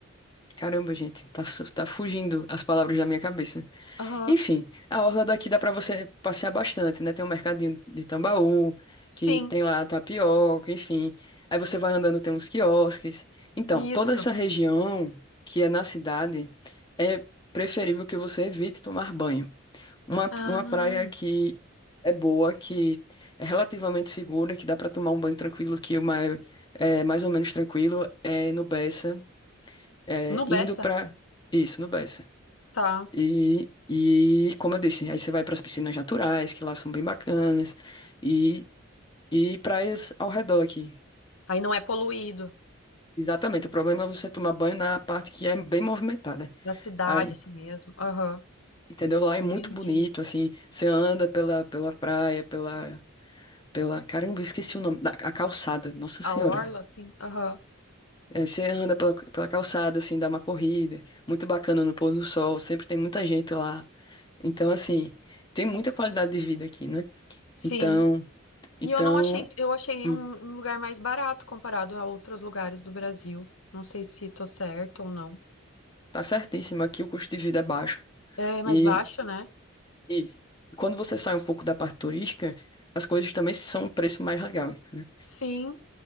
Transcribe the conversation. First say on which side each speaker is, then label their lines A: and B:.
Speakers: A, on the left (about 20°); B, on the left (about 80°).
A: Caramba, gente, tá, su- tá fugindo as palavras da minha cabeça.
B: Aham.
A: Enfim, a orla daqui dá pra você passear bastante, né? Tem um mercadinho de Tambaú,
B: Sim,
A: que tem lá tapioca, enfim. Aí você vai andando, tem uns quiosques. Então,
B: isso.
A: toda essa região que é na cidade, é preferível que você evite tomar banho. Uma,
B: Ah,
A: uma praia que é boa, que é relativamente segura, que dá pra tomar um banho tranquilo, que o mais, é mais ou menos tranquilo, é no Bessa, é,
B: no Bessa.
A: indo pra... Isso, no Bessa.
B: Tá.
A: E, e como eu disse, aí você vai para as piscinas naturais, que lá são bem bacanas, e, e praias ao redor aqui.
B: Aí não é poluído.
A: Exatamente, o problema é você tomar banho na parte que é bem movimentada.
B: Da cidade,
A: Aí,
B: assim mesmo. Aham.
A: entendeu? Lá é muito
B: Entendi.
A: bonito, assim, você anda pela, pela praia, pela, pela... Caramba, eu esqueci o nome, da- a calçada, Nossa
B: A
A: Senhora.
B: orla, assim. Aham.
A: É, você anda pela, pela calçada, assim, dá uma corrida, muito bacana no pôr do sol, sempre tem muita gente lá. Então, assim, tem muita qualidade de vida aqui, né?
B: Sim.
A: Então...
B: E
A: Então,
B: eu não achei, eu achei
A: Hum,
B: um, um lugar mais barato comparado a outros lugares do Brasil. Não sei se tô certo ou não.
A: tá certíssimo. Aqui o custo de vida é baixo.
B: É mais
A: E
B: baixo, né?
A: Isso. E quando você sai um pouco da parte turística, as coisas também são um preço mais legal, entendeu?
B: Sim.